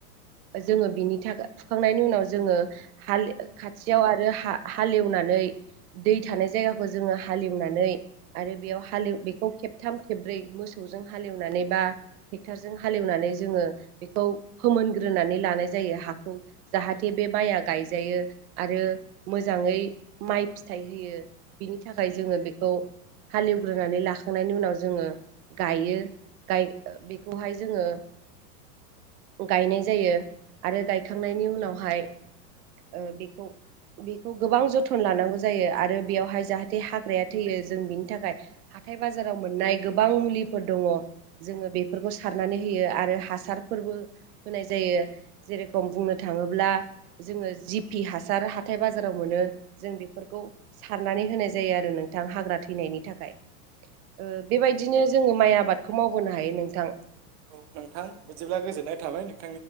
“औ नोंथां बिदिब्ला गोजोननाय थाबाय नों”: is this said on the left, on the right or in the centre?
Right